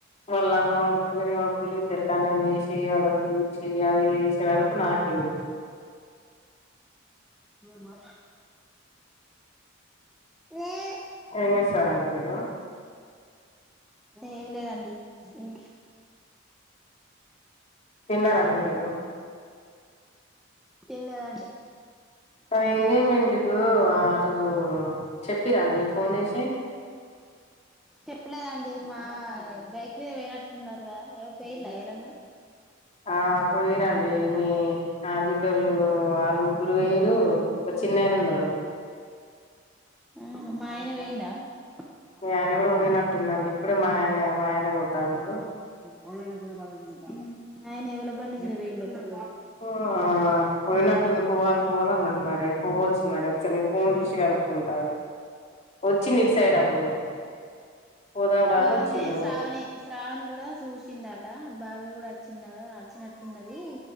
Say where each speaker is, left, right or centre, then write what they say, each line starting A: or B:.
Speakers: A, on the left; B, in the centre.
A: వల్ళ అన్న ఉడు కులిది ఉం కులితరు కన్నమి ి వల ద చి అది చేసే వరకు నాకం
B: మా న
A: ఏం చేస్తారంండి మీరు
B: ఏం లేదండి ఓ
A: తిన్నారంండి మీరు
B: తినలేదండి
A: సర ఎంగేజ్మెంట్కు అటు చెప్పిరా అండి మీకు ఫోన్ చేసి
B: చెప్పలేదండి మా బైక్ మీద వేయినట్టున్నారుగా ఎవ వేయలా ఎవరన్నా
A: ఆ పోయరాండి మీ ఆడబిడ్డోళ్ళు వాళ్ళు ముగ్గురు వేయరు ఒక చిన్నయన ఉన్నాడు
B: ఆ మాయన వేడా ఆ
A: మీ ఆయన కూడా
B: అ
A: పోయినట్టుందండి ఇప్పుడే మా ఆయన మా ఆయన పోతాండు
B: కోళ కూడా బంది ము ఆయన ఎవ్వలబ్్వండి మీరు వెయ్యి లోపల
A: ఆ పోయినట్టుంది పోవాలి పోవాల అన్నాడు మరి పోవచ్చు మరి ఒకసారి నను ఫోన్ చేసి కనుక్కుంటాను వచ్చి సైడ్ అప్పుడు పోదాం రా
B: పోవామే
A: అని వచ్చిండు
B: శ్రావణి శ్రావణ్ కూడా చూసింది అట బాబాయ్ కూడా వచ్చిన్నారుడు వచ్చినట్టున్నది